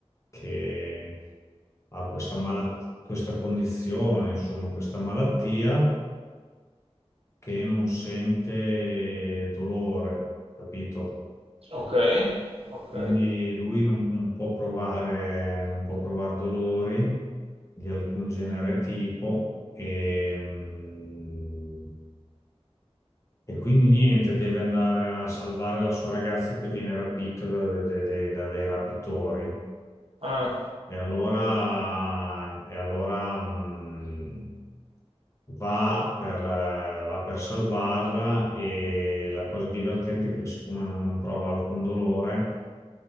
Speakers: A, on the left; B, on the right.
A: che ha questa, mala- questa condizione, insomma, questa malattia che non sente dolore, capito?
B: ok, ok.
A: Quindi lui non, non può provare, non può provare dolori di alcun genere tipo e, mm, e quindi niente, deve andare a salvare la sua ragazza che viene rapita da, de- de- da dei rapitori
B: Ah,
A: e allora, e allora mm, va per, eh, va per salvarla e la cosa divertente è che siccome non non prova alcun dolore,